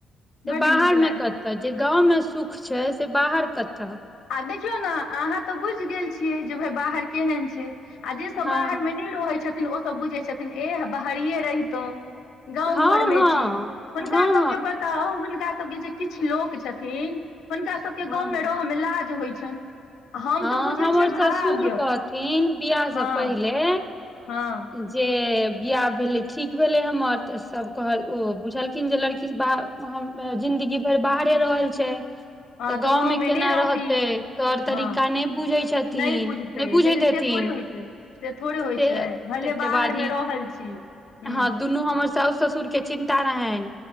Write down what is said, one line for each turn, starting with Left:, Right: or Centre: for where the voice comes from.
Centre: से
Left: बड्ड
Centre: बाहर
Left: नीक
Centre: में
Left: लागैया
Centre: कतऽ जे गाँवमे सुख छै से बाहर कतऽ
Left: आ देखियौ ने अहाँ तऽ बुझि गेल छियै जे भाय बाहर केहन छै आ जेसभ
Centre: हँ
Left: बाहर में नहि रहै छथिन ओसभ बुझैत छथिन एह बाहरिये रहितहु गाँव
Centre: हँ
Left: घर में
Centre: हँ
Left: छी हुनका
Centre: हँ हँ
Left: सबके बताउ हुनका सबके जे किछ लोक छथिन हुनका सभके
Centre: हँ
Left: गाँमे
Centre: हँ
Left: रहय में लाज होइ छनि हम
Centre: हँ
Left: तऽ बुझै
Centre: हमर
Left: छियै भाग्य
Centre: ससुर कहथिन बियाह
Left: हँ
Centre: से पहिले
Left: हँ
Centre: जे बियाह भेलै ठीक भेलै हमर तऽ सब कहल ओ बुझलखिन जे लड़की वहाँ जिंन्दगी भइर बाहरे रहल छै
Left: हँ
Centre: तऽ
Left: तो
Centre: गाँवमे
Left: गाँंव में
Centre: केना
Left: नहि रहती
Centre: रहतै तौर
Left: हँ
Centre: तरीका नहि बुझै छथिन
Left: नहि बुझतै
Centre: नहि बुझैत
Left: लेकिन
Centre: हेथिन
Left: से थोड़े होइ छै से थोड़े होइ
Centre: से
Left: छै
Centre: ताहिके
Left: भले बाहर
Centre: बाद
Left: में
Centre: ई
Left: रहल छी हूँ
Centre: हँ दुनू हमर साउसु ससुर के चिन्ता रहनि